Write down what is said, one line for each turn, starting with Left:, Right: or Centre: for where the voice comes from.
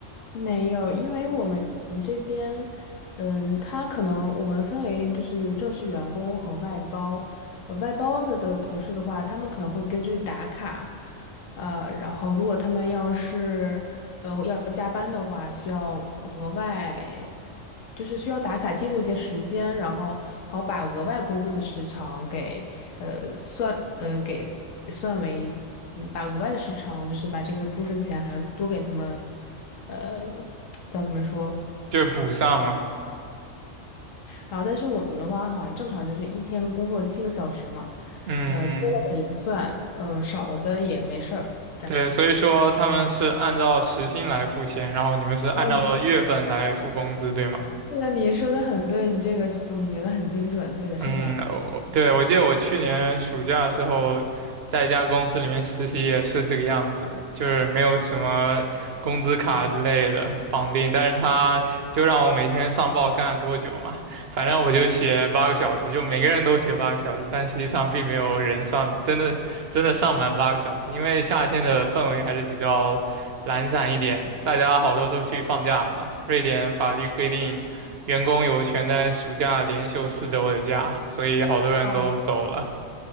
Left: 没有，因为我们这边，嗯，他可能我们分为就是正式员工和外包，呃，外包的的同事的话，他们可能会根据打卡，呃，然后如果他们要是呃要加班的话，需要额外，就是需要打卡记录一些时间，然后好把额外工作的时长给呃算呃给算为，嗯把额外的时长就是把这个部分钱还要多给他们。呃，叫怎么说？
Right: 就是补上嘛。
Left: 然后，但是我们的话，好像正常就是一天工作七个小时嘛，
Right: 嗯嗯
Left: 呃，多了的也不算，呃，少了的也没事儿，这样子。
Right: 对，所以说他们是按照时薪来付钱，然后你们是按照月份来付工资，
Left: 嗯，
Right: 对吗？
Left: 对的，你说的很对，你这个总结的很精准，对的，
Right: 嗯，
Left: 是这样子。
Right: 我对我记得我去年暑假的时候，在一家公司里面实习也是这个样子，就是没有什么工资卡之类的绑定，但是他就让我每天上报干了多久嘛，反正我就写八个小时，就每个人都写八个小时，但实际上并没有人上，真的真的上满八个小时，因为夏天的氛围还是比较懒散一点，大家好多都去放假了嘛，瑞典法律规定。员工有权在暑假连休四周的假，所以好多人都走了。
Left: 嗯